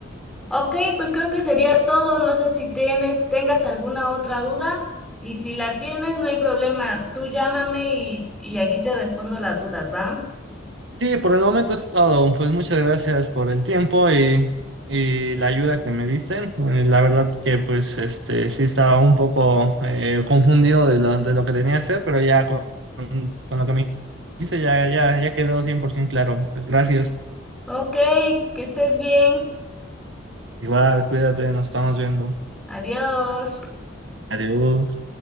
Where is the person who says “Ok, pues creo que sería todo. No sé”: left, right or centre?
Centre